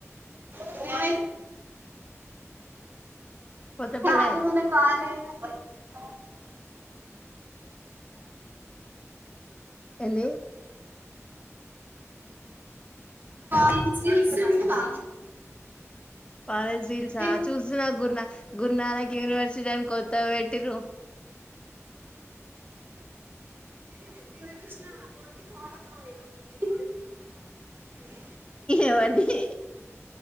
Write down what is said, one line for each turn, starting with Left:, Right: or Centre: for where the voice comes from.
Right: <unintelligible>
Left: కొత్తపల్లె
Right: కాదు
Left: అది
Right: మన కాల్ <unintelligible>
Left: ఎంది
Right: రీల్స్ చూస్తున్నావా
Left: కాలేజ్ రీల్స
Right: నేను
Left: ఆ చూస్తున్నా గురునా గురునానక్ యూనివర్సిటీ అని కో త్తగా పెట్టిడ్రూ
Right: <inaudible>
Left: ఎవరీది